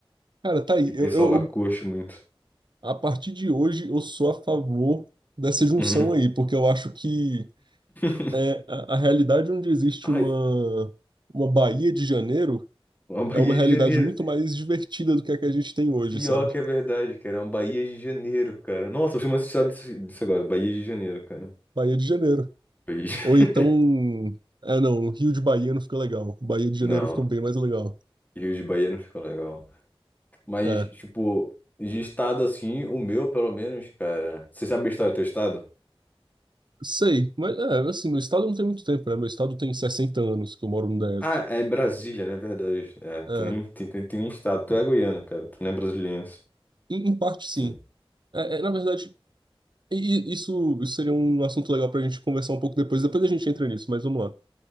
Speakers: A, on the right; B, on the left.
A: Cara, tá aí.
B: E o
A: Eu,
B: pessoal
A: eu, eu-
B: lá coxa muito.
A: a partir de hoje, eu sou a favor dessa junção
B: Uhum.
A: aí, porque eu acho que
B: <laughs>
A: é, a, a realidade onde existe
B: Ai.
A: uma, uma Bahia de Janeiro.
B: Uma Bahia
A: é uma realidade
B: de Janeiro.
A: muito mais divertida do que a que a gente tem hoje,
B: Pior
A: sabe?
B: que é verdade, cara. É uma Bahia de Janeiro, cara. Nossa, eu chamo esse estado disso disso agora. Bahia de Janeiro, cara.
A: Bahia de Janeiro.
B: Bahia
A: Ou
B: de-
A: então.
B: <laughs>
A: Ah, não, Rio de Bahia não fica legal. Bahia
B: Não,
A: de Janeiro fica bem mais legal.
B: Rio de Bahia não ficou legal. Mas,
A: É,
B: tipo, de estado assim, o meu, pelo menos, cara. Você sabe a história do teu estado?
A: sei, mas é, assim, meu estado não tem muito tempo, né? Meu estado tem 60 anos que eu moro no DF.
B: Ah, é Brasília, né? Verdade. É, tu
A: É,
B: nem tem, tem, tem nem estado. Tu é goiano, cara. Tu não é brasiliense.
A: em, em parte, sim.
B: Sim.
A: É, é, na verdade, e- e isso, isso seria um assunto legal pra gente conversar um pouco depois. Depois a gente entra nisso, mas vamos lá. O